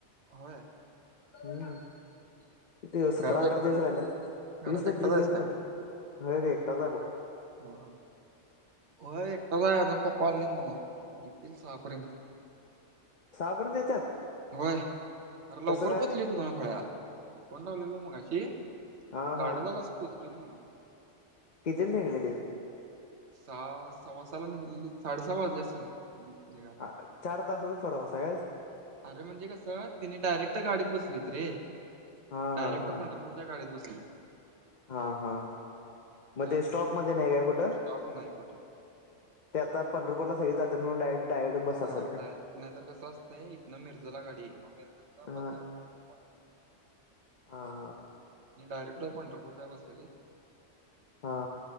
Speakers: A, on the right; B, on the left.
A: होय
B: हम्म सत्रा
A: घरात
B: अठरा
A: एकटा
B: दिवस रायलेत
A: घरात
B: वीस
A: एकटाच
B: पंचवीस दिवस
A: आहेस काय
B: रायलेत. होय एकटाचाय बो.
A: हं हं होय एकटा अजून पप्पा आलेले नवा येतील सहापर्यंत.
B: सा पर्यंत येत्यात.
A: होय अरे लवकर
B: कसं काय
A: पोचले <unintelligible> फोन लावलेला मगाशी.
B: हा
A: साडेदहालाच
B: हा
A: पोचलीत म्हणाव.
B: किती निघलेलेत.
A: सा सव्वासाला निघलेली साडे सहा् वाजली असतील निघाला.
B: आ, चार तासाचा प्रवासायस.
A: अरे म्हणजे कसं तिने डायरेक्ट गाडीत बसलीत रे
B: हा
A: डायरेक्ट
B: हा हा
A: पंढरपूर -च्या गाडीेत बसली.
B: हा हा मधे
A: त्यामुळं
B: स्टॉप मध्ये नाय काय कुठं.
A: स्टॉप नाही कुठं.
B: ते आता पंढरपूरला सगळे जात्यात म्हणून सगळे डायरेक्ट बस
A: हा
B: असेल रे
A: डायरेक्ट नाई तर कसं असतय इथंनं मिर्जला गाडीय मग मिर्जतन
B: हा
A: बदलाय अनी
B: हा हा
A: पंढर <unintelligible>
B: हा